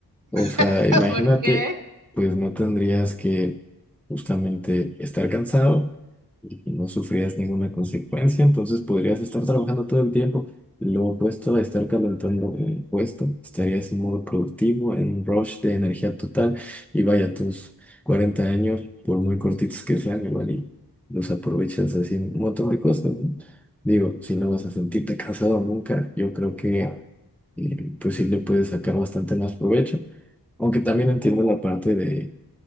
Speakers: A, in the centre; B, on the right.
A: O sea,
B: <laughs>
A: imagínate,
B: ¿Por qué?
A: pues no tendrías que justamente estar cansado y no sufrirías ninguna consecuencia, entonces podrías estar trabajando todo el tiempo. Lo opuesto a estar calentando un puesto, estarías en modo productivo, en un rush de energía total y vaya tus 40 años, por muy cortitos que sean, igual y los aprovechas haciendo un montón de cosas, ¿no? Digo, si no vas a sentirte cansado nunca, yo creo que eh, pues sí le puedes sacar bastante más provecho. Aunque también entiendo la parte de